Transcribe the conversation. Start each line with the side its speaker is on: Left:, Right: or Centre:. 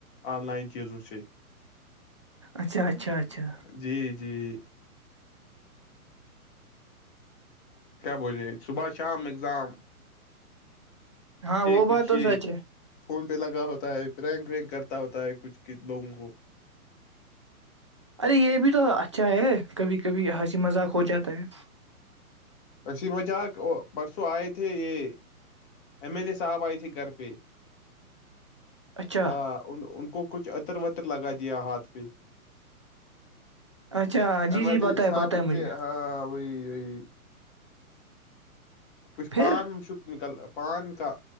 Left: آن لائن چیزوں سے
Right: اچھا اچھا اچھا
Left: جی جی بجے صبح شام اگزام
Right: <inaudible> ہاں وہ
Left: کچھ
Right: بات تو
Left: یہ
Right: سچ ہے
Left: فون پہ لگا ہوتا ہے رینک وینک کرتا ہوتا ہے کچھ لوگوں کو
Right: ارے یہ بھی تو اچھا ہے کبھی کبھی ہنسی مذاق ہو جاتا ہے
Left: ہنسی مذاق پرسوں ائے تھے یہ ایم ایل اے صاحب ائی تھی گھر پہ مذاق پرسوں ائے تھے یہ ایم ایل اے صاحب ائی تھی گھر پہ
Right: اچھا
Left: آ، ان ان کو کچھ عطر وطر لگا دیا ہاتھ پ
Right: اچھا
Left: ایم
Right: جی جی پتہ ہے
Left: سابت
Right: پتہ ہے مجھے
Left: آ وہئی وہی کچھ
Right: پھر
Left: پان م شک نکل پان کا